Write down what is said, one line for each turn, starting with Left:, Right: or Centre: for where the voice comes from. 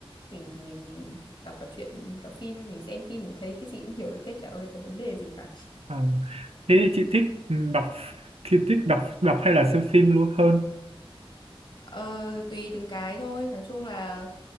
Left: mình thì mình đọc cả truyện cả phim ấy mình xem phim mình thấy cái gì cũng hiểu được hết chả có có vấn đề gì cả
Right: à, thế thì chị thích ừ, đọc thì thích đọc đọc hay là xem phim luôn hơn
Left: ờ, tùy từng cái thôi nói chung là